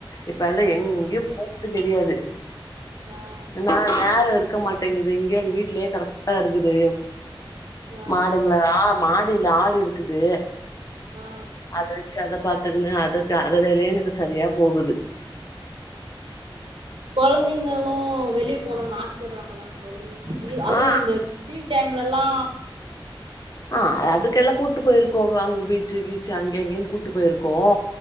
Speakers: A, on the left; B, on the right.
A: இப்ப எல்லா
B: ஆ
A: எங்யு போற து கெடையாது
B: ஆ
A: என்னா நேரோ இருக்க மாட்டேங்குது இங்யே வீட்லயே கரெக்ட்டா இருக்குது
B: ஆ
A: மாடுங்கள ஆ மாடு மாடு இல்ல ஆடு இருக்குது
B: ஆ
A: அத வெச்சு அத பாத்துக்குணு அது அதுக்கு அத வேலயே எனக்கு சரியா போகுது
B: கொழந்தைங்களு வெளியப் போனுன்னு ஆசப்படுவாங்களங்க தோழி இ அதுவு
A: ஆ
B: இந்த லீவ் டைம் முல்ல எல்லா
A: அ அதுக்கெல்லா கூட்டு போயிருக்கோ வாங்கு பீச்சு கீச்சு அங்கே இங்கேன்னு கூட்டு போயிருக்கோ